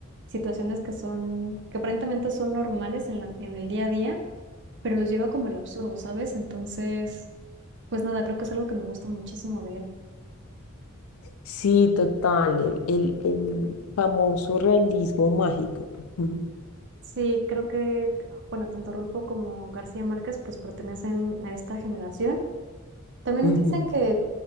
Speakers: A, on the right; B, on the left.
A: situaciones que son, que aparentemente son normales en la- en el día a día, pero los lleva como el absurdo, ¿sabes? Entonces, pues nada, creo que es algo que me gusta muchísimo de él.
B: Sí, total, el, el- el famoso realismo mágico. <laughs> Ujú,
A: Sí, creo que, bueno, tanto Rulfo como García Márquez pues pertenecen a esta generación. También
B: ujú.
A: dicen que,